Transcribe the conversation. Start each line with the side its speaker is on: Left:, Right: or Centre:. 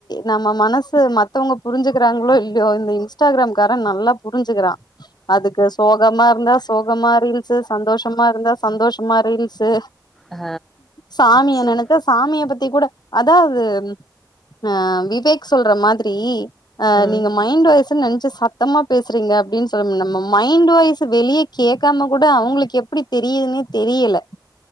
Left: நம்மமனசு மத்தவங்க புரிஞ்சுக்கிறாங்களோ இல்லியோ இந்த இன்ஸ்டாகிராம் கார நல்லா புரிஞ்சுக்குறா அதுக்கு சோகமாருந்தா சோகமா ரீல்ஸ்ஸு சந்தோஷமாருந்தா சந்தோஷமா ரீல்ஸ்ஸு
Centre: ஆ
Left: சாமிய
Centre: சரி
Left: நெனைத்த சாமிய பத்தி கூட அதா அது அ விவேக் சொல்றமாதிரி அ
Centre: ம்
Left: நீங்க மைண்ட் வாயஸ்ன்னு நெனச்சு சத் சத்தமா பேசுறீங்க அப்டின்னு சொல்ல நம்ம மைண்ட் வாய்ஸ் வெளியே கேட்காம கூட அவுங்களுக்கு எ ப்டி தெரியுதுன்னே தெரியல